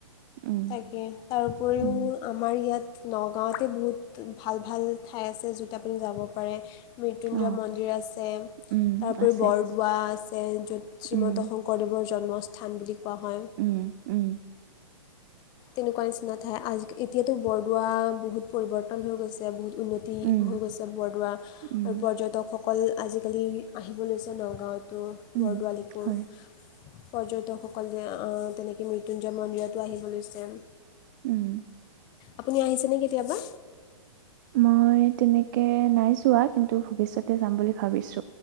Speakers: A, on the right; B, on the left.
A: উম,
B: তাকে তাৰ উপৰিও
A: উম,
B: আমাৰ ইয়াত নগাঁৱতে বহুত ভাল ভাল ঠাই আছে য'ত আপুনি যাব পাৰে। মৃত্যুঞ্জয়
A: অ',
B: মন্দিৰ আছে
A: উম,
B: তাৰোপৰি
A: আছে,
B: বৰদোৱা আছে। য'ত শ্ৰীমন্ত
A: উম,
B: শংকৰদেৱৰ জন্মস্থান বুলি কোৱা হয়।
A: উম, উম,
B: তেনেকুৱা নিচিনা ঠাই আজি এতিয়াতো বৰদোৱা বহুত পৰিৱৰ্তন হৈ গৈছে বহুত উন্নতি
A: উম,
B: হৈ গৈছে বৰদোৱা আৰু
A: উম,
B: পৰ্যটকসক সকল আজিকালি আহিব লৈছে নগাঁৱতো
A: উম,
B: বৰদোৱালিকো।
A: হয়,
B: পৰ্যটকসকলে আ তেনেকে মৃত্যুঞ্জয় মন্দিৰতো আহিব লৈছে।
A: উম।
B: আপুনি আহিছেনে কেতিয়াবা।
A: মই তেনেকে নাই যোৱা কিন্তু ভৱিষ্যতে যাম বুলি ভাবিছোঁ।